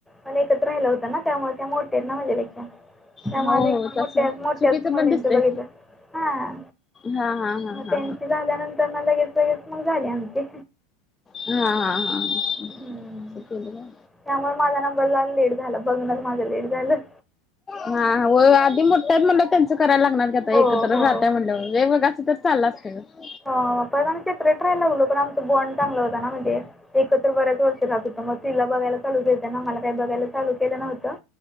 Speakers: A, in the centre; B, on the left.
A: आम्ही एकत्र राहायला होतं ना त्यामुळे त्या मोठ्या आहेत ना माझ्यापेक्षा. त्या
B: हो
A: माझ एक
B: हो
A: मोठ्याच
B: तस
A: मोठ्याच
B: चुकीचं
A: म्हणून
B: पण दिसतय
A: तर बघितल्या. हा.
B: हा हा हा
A: मग
B: हा
A: त्यांची झाल्यानंतर ना लगेच लगेच मंग झाले आमची‌.
B: हा हा हा.
A: हम्म.
B: असं केलं का?
A: त्यामुळे माझा नंबर ला लेट झाल. बघणच माझं लेट झालं.
B: हा व्हय आधी मोठ्या आहेत म्हणल्यावर त्यांचं ते करायला लागणार की. आता
A: हो,
B: एकत्र
A: हो.
B: राहताय म्हणल्यावर, वेगवेगळं आसत तर चाललं असतं ग.
A: हो. पण आम्ही सेपरेट राहायला लागलो, पण आमचा बॉण्ड चांगला होता ना. म्हणजे एकत्र बऱ्याच वर्ष राहत होतो. मग तिला बघायला चालू केलीत. मग मला काही बघायला चालू केलं नव्हतं